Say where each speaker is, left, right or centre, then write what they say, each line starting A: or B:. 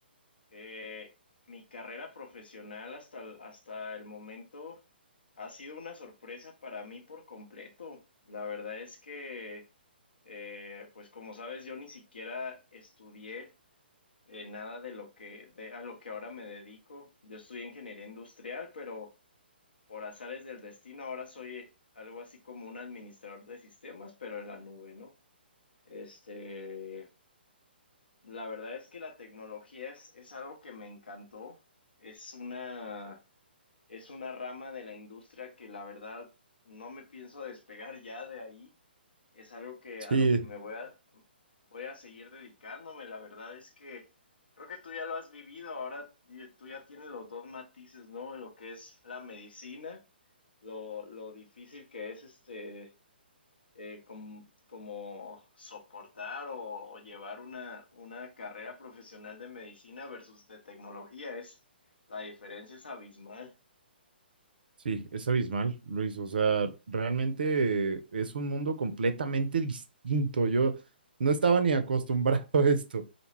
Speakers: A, on the left; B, on the right.
A: eh, mi carrera profesional hasta el, hasta el momento ha sido una sorpresa para mí por completo. La verdad es que, eh, pues como sabes, yo ni siquiera estudié eh, nada de lo que, de, a lo que ahora me dedico. Yo estudié ingeniería industrial, pero... por azares del destino, ahora soy algo así como un administrador de sistemas, pero en la nube, ¿no? Este, la verdad es que la tecnología es, es algo que me encantó. Es una es una rama de la industria que la verdad no me pienso despegar ya de ahí. Es algo que
B: Sí,
A: a lo que me voy a voy a seguir dedicándome. La verdad es que creo que tú ya lo has vivido. Ahora y- tú ya tienes los dos matices, ¿no? De Lo que es la medicina, lo, lo difícil que es este eh, com- como soportar o, o llevar una, una carrera profesional de medicina versus de tecnología. Es la diferencia es abismal.
B: Sí, es abismal, Luis. O sea, realmente es un mundo completamente distinto. Yo no estaba ni acostumbrado a esto,